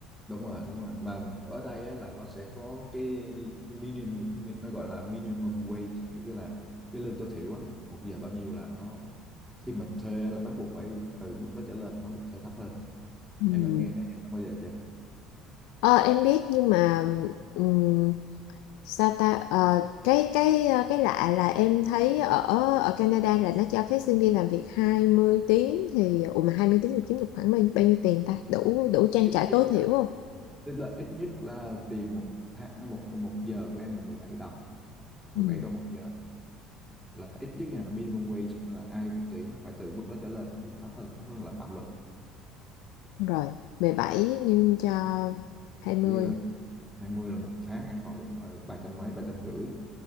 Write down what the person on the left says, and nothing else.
ừ.
ờ, em biết nhưng mà ừm, sao ta Ờ, cái cái ờ, cái lạ là em thấy ở ở Canada là nó cho phép sinh viên làm việc hai mươi tiếng thì ủa mà 20 tiếng thì kiếm được khoảng bao, bao nhiêu tiền ta đủ đủ
trang
trải
tối thiểu
không
rồi 17 nhân cho 20